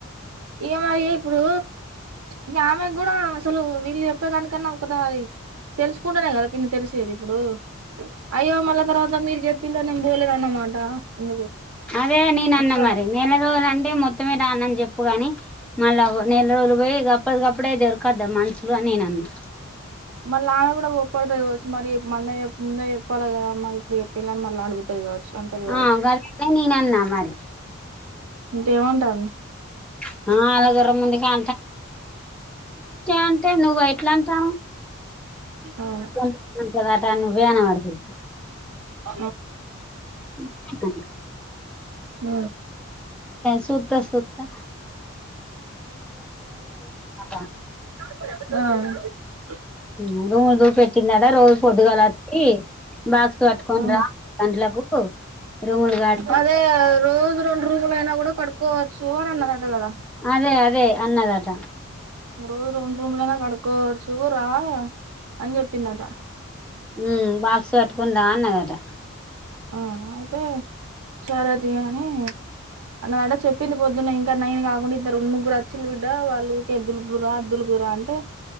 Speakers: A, on the right; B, in the centre.
A: ఏం అ ఇప్పుడు ఈ ఆమెకి కూడ అసలు వీళ్ళు చెప్పేదానికన్నా ఒకారి తెలుసుకుంటానే కదా పిన్ని తెలిసేది ఇప్పుడు అయ్యో మళ్ళా తర్వాత మీరు చెప్పిలే నేను పోలేదు అనమాట ఎందుకు
B: అదే నేన
A: ఒకసారి
B: అన్న మరి నెల రోజుల అంటే మొత్తమే రానని చెప్పుగాని మళ్ళా నెల రోజులు పోయి అప్పటికప్పుడే దొరుకద్ద మనుషులుని నేను అన్నా
A: మళ్ళీ ఆమె కూడ గొప్పపడుతుది కావచ్చు మరి మంద ముందే చెప్పాలి కదామ్మా ఇప్పుడు చెప్పిళ్ళాలని మళ్ళీ అడుగుతుది కావచ్చు అంటది కావచ్చు
B: ఆ గదనే నేను అన్నా మరి
A: ఇంకేమంటావ్
B: <unintelligible> అంటే నువ్వు ఎట్లా అంటనవ్
A: అవును
B: <unintelligible> అట నువ్వే అనబడితివి
A: ఊ
B: <inaudible>
A: ఊ
B: సుత్తా సుత్తా <inaudible>
A: ఆ
B: ఊ రూములు పెట్టిండట రోజు పొద్దుగాల వచ్చి బాక్స్ పట్టుకోని
A: ఆ
B: రా గంటలకు రూములు కడు
A: అదే రోజు రెండు రోజులయినా కూడా కడుక్కోవచ్చు అని అన్నదట కదా
B: అదే అదే అన్నదాట
A: రోజు రెండు రూమ్లైనా కడుక్కోవచ్చు రా అని చెప్పిందట
B: ఉ బాక్స్ పట్టుకొని రా అన్నదట
A: ఆ అయితే సరే తీ అని అన్న అదే చెప్పింది పొద్దున్నే ఇంకా నైన్ కాకుండా ఇద్దారు ముగ్గురు అచ్చిలు బిడ్డ వాళ్ళకి ఎద్దులు కు రా అద్దులు వద్దు రా అంటే